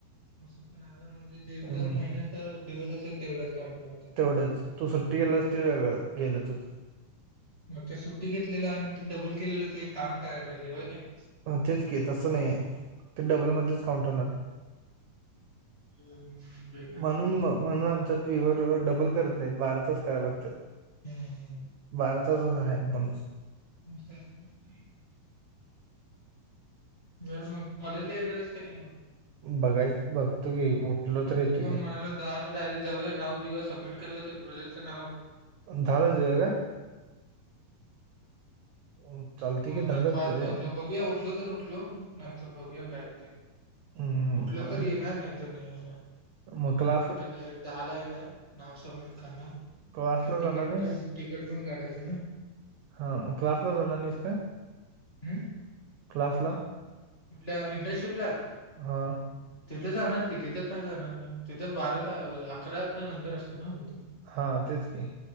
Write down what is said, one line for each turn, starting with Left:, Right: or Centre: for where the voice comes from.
Left: असं पण आहें म्हणजे जेवढं
Right: हम्म
Left: महिन्याचा दिवस असेल तेवढंच काउंट वाटतं
Right: तेवढंच तू सुट्टी घेतलास ते वेगळं गेलं तूज
Left: मग ते सुट्टी घेतलेलं आणि ते डबल केलेलं ते एक काऊंट करायला पाहिजे होय की नाही
Right: तेच की तस नाही आहे ते डबलमध्येच काउंट होणार.
Left: नाही बेकार
Right: म्हणून
Left: आहे की जरा.
Right: म म्हणून आमच्यात <unintelligible> डबल करत नाहीत बाराचाच काळ बघतात.
Left: हम्म
Right: भारतातच आहे एक माणूस.
Left: <inaudible> <unintelligible> मग कॉलेजला येणार आहेस की नाही?
Right: बघायच बघतो की उठलो तर येतो
Left: णकण
Right: की.
Left: मायला दहाला डायरेक्ट जाऊया नाव देऊया सबमिट करूया त्या प्रोजेक्टच नाव.
Right: आणि दहालाच येऊया काय? अं, चालतंय
Left: आरे
Right: की लाच
Left: पाच
Right: जाऊया.
Left: वाजल बघूया उठलो तर उठ ऊठलो नाही तर बघुया काय ते
Right: अं,
Left: ऊठलो तर येणार नाहीतर नाही येणार.
Right: मोकला.
Left: नाहीतर डायरेक्ट दहा ला येणार नाव सबमिट करणार.
Right: क्लासला
Left: अस तिकट
Right: जाणार नाहीस?
Left: तिकट पण काढायच न.
Right: हां मग क्लासला जाणार नाहीस का?
Left: हम्म
Right: क्लासला?
Left: कुठल्या इंटरशिपला.
Right: हां,
Left: तिथे जाणार की तिथ का जाणार नाही तिथ बाराला अकराच्या नंतर असते ना <unintelligible>
Right: हा तेच की